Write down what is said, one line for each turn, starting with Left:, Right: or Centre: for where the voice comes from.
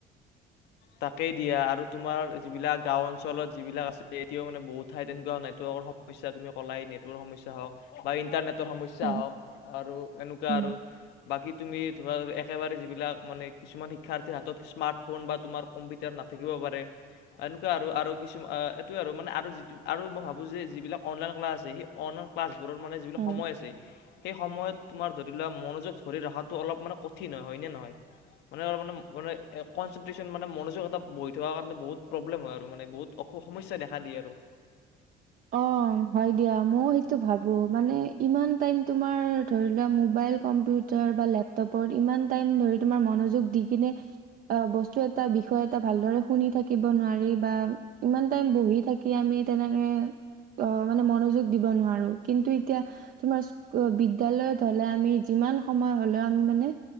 Left: তাকেই দিয়া। আৰু, তোমাৰ যিবিলাক গাওঁ-অঞ্চলত যিবিলাক আছে, এতিয়া মানে বহুত ঠাইত এনেকোৱা মানে নেটৱৰ্কৰ সমস্যা, তুমি ক'লাই নেটৱৰ্কৰ্ সমসাই হওঁক বা ইন্টাৰনেট, সমস্যা
Right: হয়
Left: হওক আৰু এনেকুৱা
Right: উম
Left: আৰু বাকী তুমি, তোমাৰ একেবাৰে যিবিলাক, মানে কিছুমান শিক্ষাৰ্থীৰ হাতত স্মাৰ্টফোন বা তোমাৰ কম্পিউটাৰ নাথাকিব পাৰে, এনেকুৱা আৰু কিছুমান এইটোৱে আৰু মানে আৰু যিটো আৰু মই ভাবোঁ যে যিবিলাক অনলাইন ক্লাছ আছে সেই অনলাইন ক্লাছ বোৰত মানে যিবিলাক
Right: হয়।
Left: সময় আছে, সেই সময়ত তোমাৰ ধৰি লোৱা মনোযোগ ধৰি ৰখাটো অলপ মানে কঠিন হয়নে- নহয়? মানে-মানে-মানে কনচেনট্ৰেশচন মানে মনোযোগ এতা বহি থকা কাৰণে বহুত প্ৰব্লেম হয়', আৰু মানে বহুত অসুখ সমস্যাই দেখা দিয়ে আৰু।
Right: অ', - হয়', দিয়া, ময়ও সেইটো ভাবো মানে ইমান টাইম তোমাৰ ধৰি লোৱা মোবাইল কম্পিউটাৰ বা লেপটপত ইমান টাইম ধৰি তোমাৰ মনোযোগ দি, কিনে বস্তু এটা বিষয় এটা ভালদৰে শুনি থাকিব নোৱাৰি বা ইমান টাইম বহি থাকি আমি তেনেকে, অ', মানে মনোযোগ দিব নোৱাৰো। কিন্তু এতিয়া তোমাৰ বিদ্যালয়ত হলে আমি যিমান সময় হলেও আমি মানে